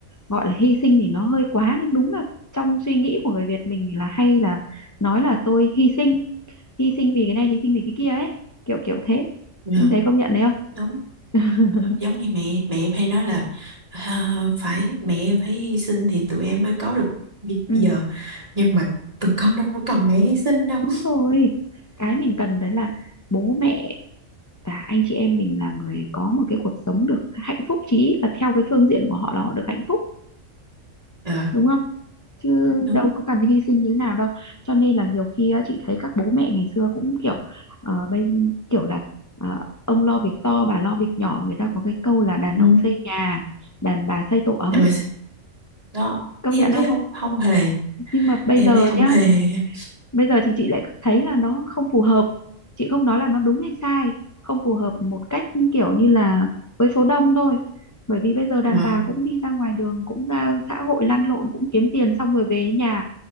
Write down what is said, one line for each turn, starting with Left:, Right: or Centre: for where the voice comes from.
Left: gọi là hy sinh thì nó hơi quá nhưng đúng là trong suy nghĩ của người Việt mình thì là hay là nói là tôi hy sinh hy sinh vì cái này hy sinh vì cái kia ấy kiểu kiểu thế
Right: dạ,
Left: em thấy công nhận đấy không
Right: đúng
Left: <laughs>
Right: giống như mẹ mẹ em hay nói là "Ờ, phải mẹ em phải hy sinh thì tụi em mới có được bây
Left: ừ,
Right: giờ nhưng mà tụi con đâu cần mẹ hy sinh đâu
Left: đúng rồi cái mình cần đấy là bố mẹ và anh chị em mình là người có một cái cuộc sống được hạnh phúc chí ít là theo cái phương diện của họ là họ được hạnh phúc
Right: Ờ,
Left: đúng không chứ
Right: đúng
Left: đâu có cần hy sinh như nào đâu cho nên là nhiều khi á, chị thấy các bố mẹ ngày xưa cũng kiểu ờ, bây kiểu là ờ, ông lo việc to bà lo việc nhỏ người ta có cái câu là đàn
Right: ừ.
Left: ông xây nhà đàn bà xây tổ ấm
Right: nhưng mà s- đó
Left: công
Right: em
Left: nhận
Right: thấy
Left: không
Right: không không hề
Left: nhưng mà bây
Right: em
Left: giờ
Right: thấy không
Left: nhá
Right: hề nha.
Left: bây giờ thì chị lại thấy là nó không phù hợp chị không nói là nó đúng hay sai không phù hợp một cách kiểu như là với số đông thôi bởi vì bây giờ đàn
Right: Ờ,
Left: bà cũng đi ra ngoài đường cũng ra xã hội lăn lộn cũng kiếm tiền xong rồi về nhà